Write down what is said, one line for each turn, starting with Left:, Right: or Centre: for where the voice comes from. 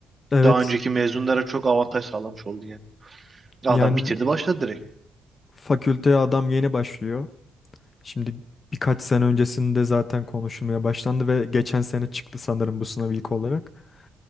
Left: Evet.
Right: Daha önceki mezunlara çok avantaj sağlamış oldun yani. Adam
Left: Yani
Right: bitirdi başladı direkt.
Left: Fakülteye adam yeni başlıyor. Şimdi birkaç sene öncesinde zaten konuşulmaya başlandı ve geçen sene çıktı sanırım bu sınav ilk olarak.